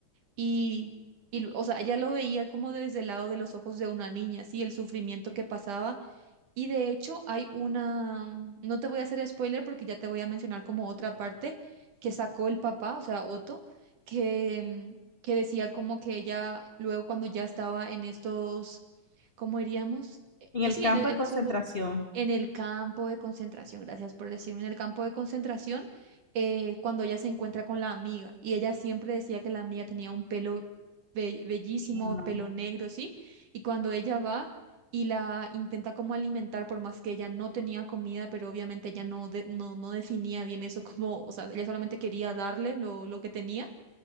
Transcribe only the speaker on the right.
Y, y, o sea, ella lo veía como desde el lado de los ojos de una niña, sí, el sufrimiento que pasaba y de hecho hay una, no te voy a hacer spoiler porque ya te voy a mencionar como otra parte que sacó el papá, o sea, Otto, que, mm, que decía como que ella luego cuando ya estaba en estos, ¿cómo diríamos? Eh,
eh,
sí,
en, e-
en
esos, lu- en el campo de concentración, gracias por decirme, en el campo de concentración, eh, cuando ella se encuentra con la amiga y ella siempre decía que la amiga tenía un pelo be- bellísimo,
pelo negro, ¿sí? Y cuando ella va y la intenta como alimentar por más que ella no tenía comida, pero obviamente ella no, de- no, no definía bien eso como, o sea, ella solamente quería darle lo, lo que tenía